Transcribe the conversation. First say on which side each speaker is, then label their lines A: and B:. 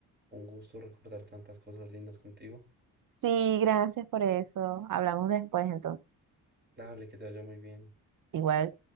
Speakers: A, on the right; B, on the right.
A: Un gusto recordar tantas cosas lindas contigo.
B: Sí, gracias por eso. Hablamos después entonces.
A: Dale, que te vaya muy bien.
B: Igual.